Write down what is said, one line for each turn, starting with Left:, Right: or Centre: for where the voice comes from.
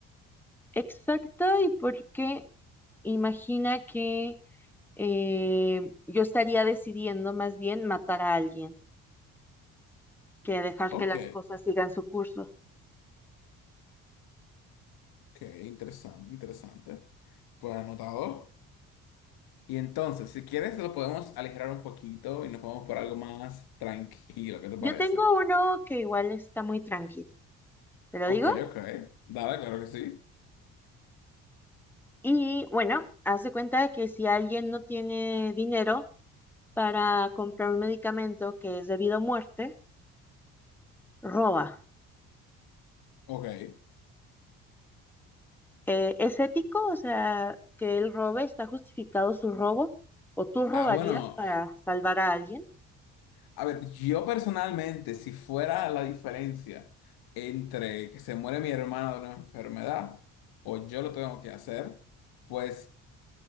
Centre: Exacto, y porque imagina que eh, yo estaría decidiendo más bien matar a alguien que dejar
Left: Ok,
Centre: que las cosas sigan su curso.
Left: ok, interesante, interesante. Pues anotado. Y entonces, si quieres, lo podemos aligerar un poquito y nos vamos por algo más tranquilo, ¿qué te
Centre: Yo
Left: parece?
Centre: tengo uno que igual está muy tranquilo, ¿te lo
Left: Ok,
Centre: digo?
Left: ok. Dale, claro que sí.
Centre: Y bueno, haz de cuenta de que si alguien no tiene dinero para comprar un medicamento que es debido a muerte, roba.
Left: Ok.
Centre: Eh, ¿es ético? O sea, que él robe, ¿está justificado su robo? ¿O tú robarías
Left: Ah, bueno,
Centre: para salvar a alguien?
Left: a ver, yo personalmente, si fuera la diferencia entre que se muere mi hermana de una enfermedad o yo lo tengo que hacer, pues,